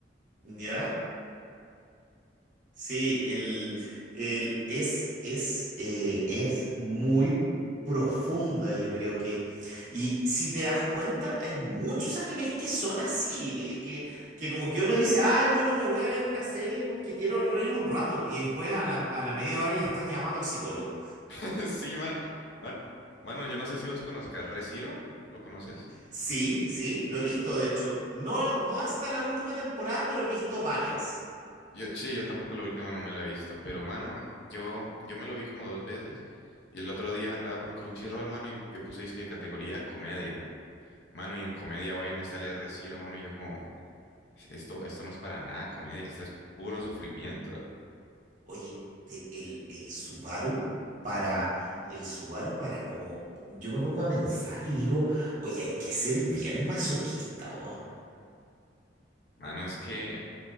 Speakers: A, on the right; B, on the left.
A: ¿ya? Sí, el, el- es, es, eh, es muy profunda, yo creo que. Y si te das cuenta, hay muchos animes que son así, eh, que, que como que uno dice, ay, bueno, me voy a ver una serie porque quiero reírme un rato. Y después a la, a la media hora ya estás llamando al psicólogo.
B: <laughs> Sí, mano. Man- Mano, yo no sé si vos conozcas Re:Zero, ¿lo conoces?
A: Sí, sí, lo he visto, de hecho. No, no hasta la última temporada, pero he visto varias.
B: Yo, sí, yo tampoco la última no me la he visto, pero mano, yo, yo me lo vi como dos veces y el otro día andaba por Crunchyroll, mano, y yo puse que categoría comedia, mano, y en comedia va y me sale Reciro, mano, y yo como, esto, esto no es para nada comedia, esto es puro sufrimiento,
A: Oye, te- el, el Subaru para, el Subaru para como, yo me pongo a pensar y digo, oye, hay que ser bien masoquista, weón.
B: mano, es que,